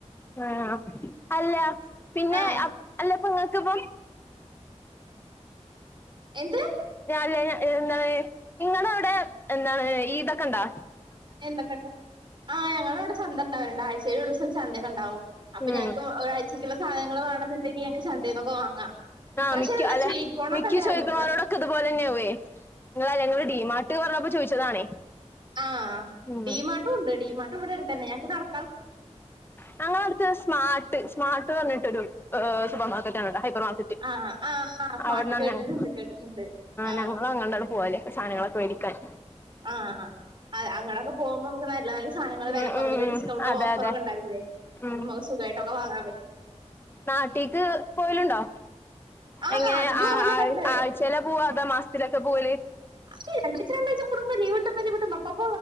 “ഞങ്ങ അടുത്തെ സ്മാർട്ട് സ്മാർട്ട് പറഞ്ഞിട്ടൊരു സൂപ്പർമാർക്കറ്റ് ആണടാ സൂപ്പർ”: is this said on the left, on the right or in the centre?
Left